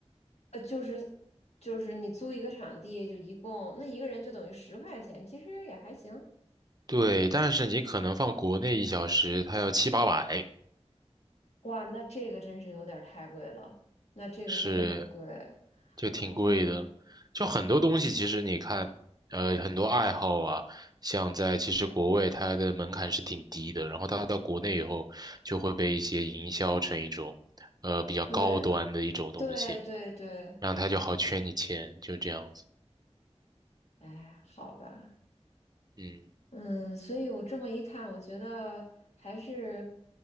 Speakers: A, on the left; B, on the right.
A: 呃，就是就是你租一个场地，就一共那一个人就等于十块钱，其实也还行。
B: 对，但是你可能放国内一小时，它要七八百。
A: 哇，那这个真是有点儿太贵了，那这个真的很贵
B: 是，就挺贵的。
A: 哦。
B: 就很多东西，其实你看，呃，很多爱好啊，像在其实国外它的门槛是挺低的，然后它到国内以后就会被一些营销成一种，呃，比较高端的一种东西，
A: 对对对对，
B: 然后它就好圈你钱，就这样子。
A: 哎，好吧。
B: 嗯
A: 嗯，所以我这么一看，我觉得还是